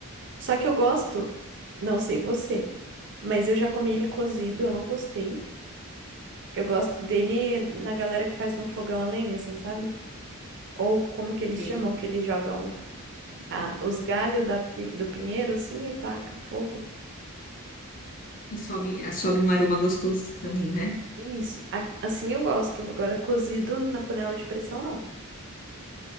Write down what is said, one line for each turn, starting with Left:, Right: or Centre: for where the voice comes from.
Right: Só que eu gosto, não sei você, mas eu já comi ele cozido, eu não gostei. Eu gosto dele na galera que faz no fogão a lenha, assim, sabe? Ou como que eles
Left: Sei.
Right: chamam, que eles jogam a- os galhos da pi- do pinheiro, assim, e taca fogo.
Left: E sobe, ah, sobe um aroma gostoso também, né?
Right: Isso, a- assim eu gosto. Agora, cozido na panela de pressão, não.